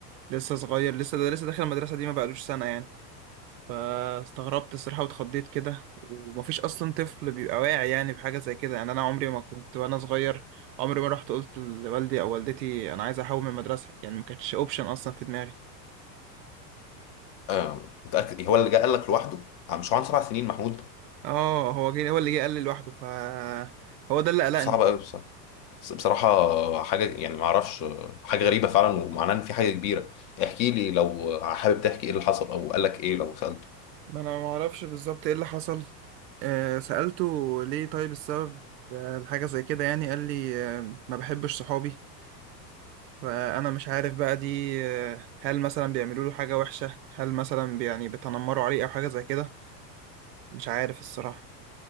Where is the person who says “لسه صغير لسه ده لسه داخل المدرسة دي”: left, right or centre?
Right